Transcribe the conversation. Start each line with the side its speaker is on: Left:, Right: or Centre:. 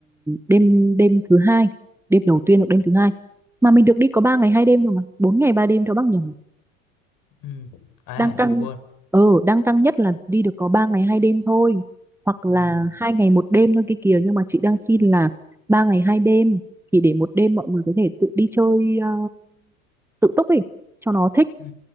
Centre: đêm đêm thứ hai, đêm đầu tiên hoặc đêm thứ hai. Mà mình được đi có 3 ngày hai đêm rồi mà, 4 ngày 3 đêm cho bác nhầm.
Left: ừ à
Centre: đang căng
Left: em quên
Centre: ờ, đang căng nhất là đi được có 3 ngày hai đêm thôi hoặc là
Left: ừ
Centre: hai ngày một đêm thôi kia kìa nhưng mà chị đang xin là ba ngày hai đêm thì để một đêm mọi người có thể tự đi chơi ờ, tự túc ấy cho nó thích
Left: ừ